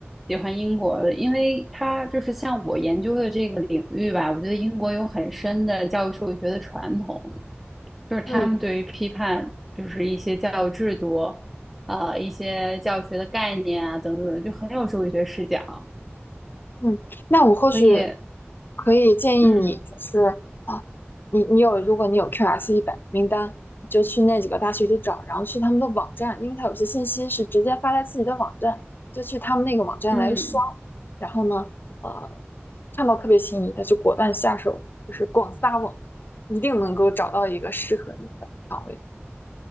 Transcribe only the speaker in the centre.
喜欢英国的，因为它就是像我研究的这个领域吧，我觉得英国有很深的教育社会学的传统，就是他们对于批判就是一些教育制度，
呃，一些教育学的概念啊等等的就很有社会学视角，
所以
嗯
嗯